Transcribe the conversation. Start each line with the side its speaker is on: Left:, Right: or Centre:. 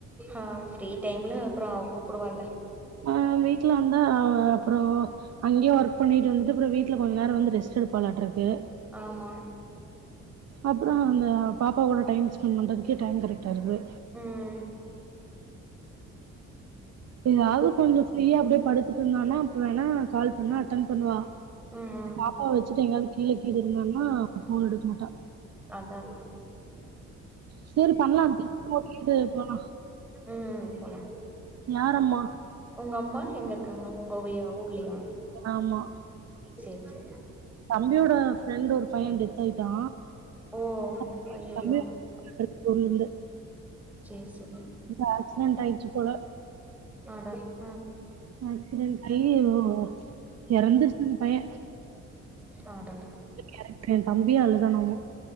Centre: ஆ ஃப்ரீ டைம்ல அப்றோ அவ கூப்புடுவால
Right: ஆ வீட்டுல வந்தா அவ அப்றோ அங்கயு ஒர்க் பண்ணிட்டு வந்துட்டு அப்றோ வீட்டுல கொஞ்ச நேரோ வந்து ரெஸ்ட் எடுப்பாளாட்டு இருக்கு
Centre: ஆமா.
Right: அப்றோ அந்த பாப்பா கோட ‌டைம் ஸ்பென் பண்றதுக்கே டைம் கரெக்ட்டா இருக்குது.
Centre: ம்.
Right: எதாவது கொஞ்சோ ஃப்ரீயா அப்டியே படுத்துட்ருந்தானா வேணா கால் பண்ணா அட்டன் பண்ணுவா
Centre: ம் ம்
Right: பாப்பாவ வெச்சுட்டு எங்காவ்து கீழ கீது இருந்தான்னா ஃபோன் எடுக்மாட்டா.
Centre: அதாங்
Right: சேரி பண்லா <unintelligible> கீது போலா.
Centre: ம் போலாம்.
Right: யார் அம்மா?
Centre: உங்க அம்மா எங்க இர்க்காங்க உங்கவிய ஊர்லியா
Right: ஆமா
Centre: சேர் சேரி.
Right: தம்பியோட ஃப்ரெண்டு ஒரு பைய டெத் ஆயிட்டா
Centre: ஓ
Right: <inaudible>
Centre: ஐயையோ
Right: பொருள் இந்து
Centre: சேர் சேரி.
Right: எதோ ஆக்சிடென்ட் ஆய்ட்ச்சி போல.
Centre: ஆட அ
Right: ஆக்சிடென்ட் ஆயி எதோ எறந்துருச் அந்த பைய.
Centre: அடடா.
Right: <inaudible> எ தம்பியே அழுதானாமா.